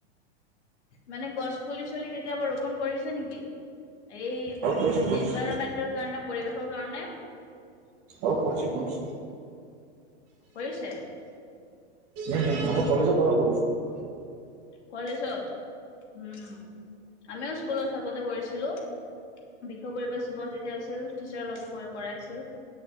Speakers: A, on the left; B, on the right.
A: মানে গছ পুলি চুলি কেতিয়াবা ৰোপন কৰিছে নেকি, এই
B: আৰু কৰিছো কৰিছো
A: এনভাইৰমেন্ট ৰ কাৰণে পৰিৱেশৰ কাৰণে
B: অ কৰিছো কৰিছো
A: কৰিছে?
B: উম আমা কলেজৰ পৰা কৰিছো
A: কলেজত উম আমিও স্কুলত থাকোতে কৰিছিলো বিশ পৰিৱেশ দিব যেতিয়া হৈছিল টিচাৰ লগে ক কৰাইছিল